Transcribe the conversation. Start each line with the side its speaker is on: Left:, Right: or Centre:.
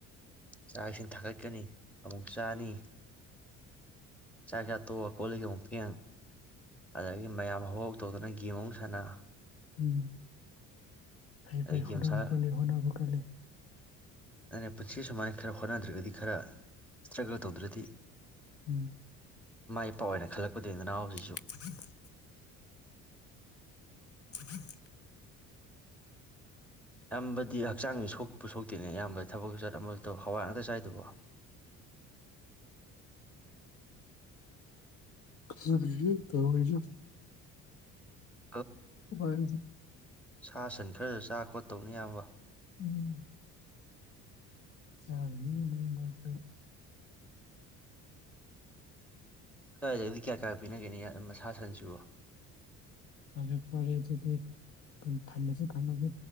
Centre: ꯆꯥꯛ ꯏꯁꯤꯡ ꯊꯥꯒꯠꯀꯅꯤ ꯑꯃꯨꯛ ꯆꯥꯅꯤ ꯆꯥꯛ ꯆꯥ ꯇꯣꯛꯑ ꯀꯣꯜꯂꯤꯛ ꯑꯃꯨꯛ ꯐꯦꯡ ꯑꯗꯒꯤ ꯃꯌꯥꯝ ꯍꯧꯍꯥꯎ ꯇꯧꯗꯨꯅ ꯒꯦꯝ ꯑꯃꯨ ꯁꯥꯟꯅ
Left: ꯎꯝ ꯐꯩ
Centre: ꯑꯗꯩ
Left: ꯐꯩ
Centre: ꯒꯦꯝ
Left: ꯍꯣꯠꯅꯕ
Centre: ꯁꯥ
Left: ꯀꯜꯂꯤ ꯍꯣꯠꯅꯕ ꯀꯜꯂꯤ
Centre: ꯑꯩꯅ ꯄꯨꯟꯁꯤ ꯁꯨꯃꯥꯏꯅ ꯈꯔ ꯍꯣꯠꯅꯗ꯭ꯔꯒꯗꯤ ꯈꯔ ꯏꯁꯇ꯭ꯔꯒꯜ ꯇꯧꯗ꯭ꯔꯗꯤ
Left: ꯎꯝ
Centre: ꯃꯥꯏ ꯄꯥꯛ ꯑꯣꯏꯅ ꯈꯜꯂꯛ <unintelligible>
Left: <inaudible> <inaudible>
Centre: ꯏꯌꯥꯝꯕꯗꯤ ꯍꯛꯆꯥꯡꯗꯤ ꯁꯣꯛꯄ ꯁꯣꯛꯇꯦꯅꯦ ꯏꯌꯥꯝꯕ ꯊꯕꯛꯁꯨ ꯆꯠ ꯑꯃꯖꯨ ꯆꯧ ꯍꯋꯥꯏ ꯉꯥꯛꯇꯥ ꯆꯥꯏꯗꯨꯕ‌ꯣ
Left: ꯈꯪꯗꯔꯦꯗ ꯇꯧꯔꯤꯖꯦ
Centre: <unintelligible>
Left: ꯍꯥꯏꯁꯤꯅꯤ
Centre: ꯁꯥ ꯁꯟ ꯈꯔꯁꯨ ꯆꯥ ꯈꯣꯠꯇꯧꯅꯦ ꯏꯌꯥꯝꯕ
Left: ꯎꯝ ꯆꯥꯔꯅꯤꯅ ꯅꯣꯡ ꯃꯔꯛꯇ
Centre: ꯑꯗꯨꯋꯥꯏꯗꯒꯥꯗꯤ ꯀꯌꯥ ꯀꯌꯥ ꯄꯤꯅꯒꯦꯅ ꯁꯥ ꯁꯟꯁꯤꯕꯣ
Left: ꯐꯔꯦ ꯐꯔꯦ ꯑꯗꯨꯗꯤ ꯊꯝꯃꯒꯦ ꯊꯝꯃꯒꯦ